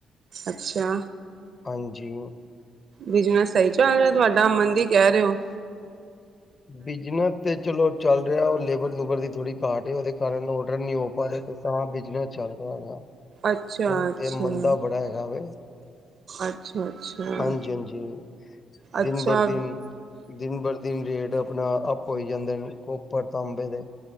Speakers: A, on the right (about 50°); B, on the left (about 35°).
A: ਅੱਛਾ
B: ਹਾਂਜੀ
A: ਬਿਜਨਸ ਸਹੀ ਚੱਲ ਰਿਹਾ ਤੁਹਾਡਾ ਮੰਦੀ ਕਹਿ ਰਹੇ ਹੋ
B: ਬਿਜਨਸ ਤੇ ਚਲੋ ਚੱਲ ਰਿਹਾ ਉਹ ਲੇਬਰ ਲੁਗਰ ਦੀ ਥੋੜੀ ਘਾਟ ਉਹਦੇ ਕਾਰਨ ਔਡਰ ਨ ਨਹੀਂ ਹੋ ਪਾ ਰਿਹਾ ਤਾਂ ਬਿਜਨਸ ਚੱਲ ਰਿਹਾਗਾ
A: ਅੱਛਾ,
B: ਹੁਣ
A: ਅੱਛਾ,
B: ਤੇ ਮੰਦਾ ਬੜਾ ਹੈਗਾ ਵ
A: ਅੱਛਾ, ਅੱਛਾ।
B: ਹਾਂਜੀ-ਹਾਂਜੀ ਦਿਨ
A: ਅੱਛਾ,
B: ਬਰ ਦਿਨ-ਦਿਨ ਬਰ ਦਿਨ ਰੇਟ ਆਪਣਾ ਅਪ ਹੋਇ ਜਾਂਦੇ ਨੇ ਕੋਪਰ ਤਾਂਬੇ ਦੇ